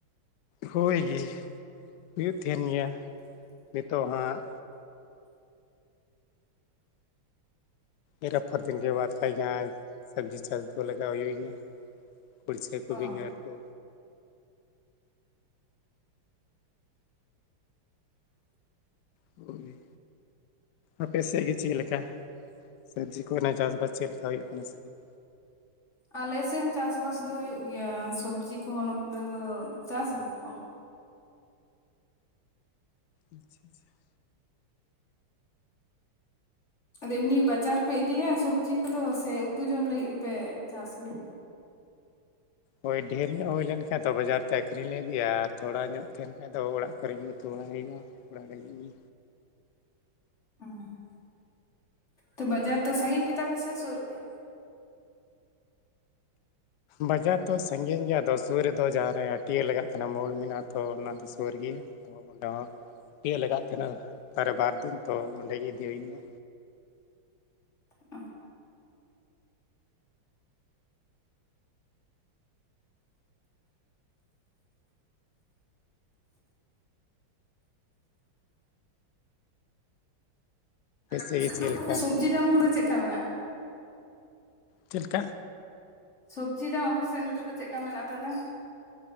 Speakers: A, on the left; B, on the left.
A: ᱦᱳᱭ ᱜᱮ ᱦᱩᱭᱩᱜ ᱛᱟᱦᱮᱱ ᱜᱮᱭᱟ ᱱᱤᱛᱚᱜ ᱦᱟᱸᱜ ᱮᱨ ᱟᱯᱷᱚᱨ ᱫᱤᱱ ᱵᱟᱫ ᱠᱷᱟᱡ ᱜᱮ ᱦᱟᱸᱜ ᱥᱚᱵᱡᱤ ᱪᱟᱥ ᱠᱚ ᱞᱮᱠᱟ ᱦᱩᱭ ᱜᱮᱭᱟ ᱠᱩᱲᱪᱟᱹ ᱠᱚ
B: ᱚ
A: ᱵᱮᱸᱜᱟᱲ ᱠᱚ ᱦᱩᱭ ᱟᱯᱮᱥᱮᱫ ᱜᱮ ᱪᱮᱫ ᱞᱮᱠᱟ ᱥᱚᱵᱽᱡᱤ ᱠᱚᱨᱮᱱᱟᱜ ᱪᱟᱥ ᱵᱟᱥ ᱪᱮᱫ ᱞᱮᱠᱟ ᱦᱩᱭᱩᱜ ᱠᱟᱱᱟ ᱥᱮ ᱵᱟᱝ?
B: ᱟᱞᱮᱥᱮᱜ ᱦᱚᱸ ᱪᱟᱥ ᱵᱟᱥ ᱫᱚ ᱦᱩᱭᱩᱜ ᱜᱮᱭᱟ, ᱥᱚᱵᱽᱡᱤ ᱠᱚᱦᱚᱸ ᱱᱚᱛᱮ ᱫᱚ ᱪᱟᱥ ᱜᱮᱭᱟ ᱠᱚ ᱾
A: ᱟᱪᱪᱷᱟ ᱟᱪᱪᱷᱟ ᱾
B: ᱟᱫᱚ ᱮᱢᱱᱤ ᱵᱟᱡᱟᱨ ᱯᱮ ᱤᱫᱤᱭᱟ ᱥᱚᱵᱽᱡᱤ ᱠᱚᱫᱚ ᱥᱮ ᱩᱛᱩ ᱡᱚᱢ ᱞᱟᱹᱜᱤᱜ ᱜᱮᱯᱮ ᱪᱟᱥ ᱜᱮᱭᱟ?
A: ᱦᱚᱭ ᱰᱷᱮᱨ ᱧᱚᱜ ᱦᱩᱭ ᱞᱮᱱ ᱠᱷᱟᱱ ᱫᱚ ᱵᱟᱡᱟᱨ ᱛᱮ ᱟᱹᱠᱷᱨᱤᱧ ᱞᱮ ᱤᱫᱤᱭᱟ ᱟᱨ ᱛᱷᱚᱲᱟ ᱧᱚᱜ ᱛᱟᱦᱮᱱ ᱠᱷᱟᱱ ᱫᱚ ᱚᱲᱟᱜ ᱠᱚᱨᱮ ᱜᱮ ᱩᱛᱩ ᱵᱟᱲᱟ ᱦᱩᱭᱩᱜᱼᱟ ᱾ ᱚᱲᱟᱜ ᱨᱮᱜᱤ᱾
B: ᱚᱸ ᱛᱚ ᱵᱟᱡᱟᱨ ᱫᱚ ᱥᱟᱺᱜᱤᱧ ᱜᱮ ᱛᱟᱯᱮ ᱥᱮ ᱥᱩᱨ ᱜᱮᱭᱟ?
A: ᱵᱟᱡᱟᱨ ᱫᱚ ᱥᱟᱺᱜᱤᱧ ᱜᱮᱭᱟ, ᱟᱫᱚ ᱥᱩᱨ ᱨᱮᱫᱚ ᱡᱟᱦᱟᱸ ᱨᱮ ᱦᱟᱹᱴᱭᱟᱹ ᱞᱟᱜᱟᱜ ᱠᱟᱱᱟ ᱢᱚᱲ ᱢᱮᱱᱟᱜᱼᱟ, ᱛᱚ ᱚᱱᱟ ᱫᱚᱼᱼ ᱥᱚᱨ ᱜᱮᱭᱟ ᱾ <unintelligible> ᱦᱟᱹᱴᱭᱟᱹ ᱞᱟᱜᱟᱜ ᱛᱟᱦᱮᱱᱟ <unintelligible> ᱛᱟ ᱨᱮ ᱵᱟᱨ ᱫᱤᱱ ᱛᱚ ᱚᱸᱰᱮ ᱤᱫᱤ ᱦᱩᱭᱩᱜᱼᱟ᱾
B: ᱚ᱾ ᱟᱨ ᱟᱯᱮ
A: ᱥᱮᱫ
B: ᱥᱮᱜ
A: ᱜᱮ ᱪᱮᱫ
B: ᱫᱚ
A: ᱞᱮᱠᱟ
B: ᱥᱚᱵᱽᱡᱤ ᱫᱟᱢ ᱠᱚᱫᱚ ᱪᱮᱜ ᱠᱟ ᱢᱮᱱᱟᱜᱼᱟ?
A: ᱪᱮᱞ ᱠᱟ?
B: ᱥᱚᱵᱽᱡᱤ ᱫᱟᱢ ᱟᱯᱮ ᱥᱮᱜ ᱱᱤᱛᱚᱜ ᱫᱚ ᱪᱮᱜ ᱠᱟ ᱢᱮᱱᱟᱜᱼᱟ, ᱛᱟᱦᱞᱮ?